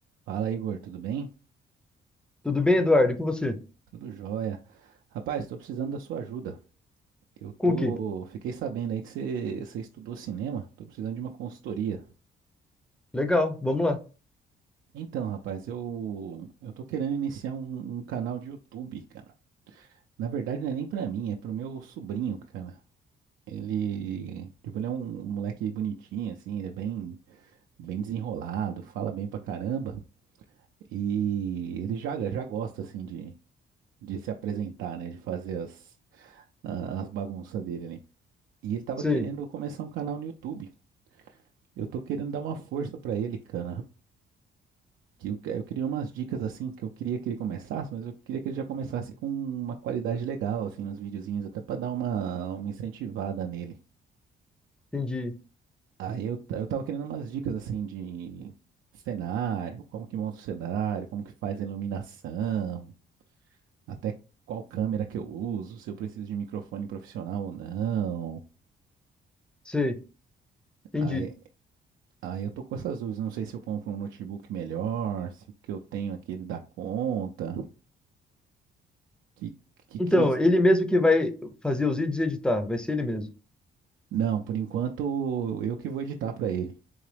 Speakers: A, on the right; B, in the centre.
A: Fala, Igor, tudo bem?
B: Tudo bem, Eduardo? E com você?
A: Tudo jóia. Rapaz, estou precisando da sua ajuda. Eu tô,
B: Com o quê?
A: fiquei sabendo aí que você você estudou cinema, tô precisando de uma consultoria.
B: Legal, vamos lá.
A: Então, rapaz, eu eu tô querendo iniciar um, um canal de YouTube, cara. Na verdade, não é nem pra mim, é pro meu sobrinho, cara. Ele, tipo, ele é um moleque bonitinho assim, ele é bem bem desenrolado, fala bem pra caramba e ele já já gosta assim de de se apresentar, né, de fazer as a- as bagunças dele ali. E ele tava
B: Sei,
A: querendo começar um canal no YouTube. Eu tô querendo dar uma força pra ele, cara. Que eu, eu queria umas dicas assim que eu queria que ele começasse, mas eu queria que ele já começasse com uma qualidade legal assim nos videozinhos, até pra dar uma, uma incentivada nele.
B: entendi.
A: Aí eu, eu tava querendo umas dicas assim de cenário, como que monta o cenário, como que faz a iluminação, até qual câmera que eu uso, se eu preciso de microfone profissional ou não.
B: Sei, entendi.
A: Aí Aí eu tô com essas dúvidas. Não sei se eu compro um notebook melhor, se o que eu tenho aqui ele dá conta. Que, que, que...
B: Então, ele mesmo que vai fazer os vídeos e editar, vai ser ele mesmo.
A: Não, por enquanto eu que vou editar pra ele.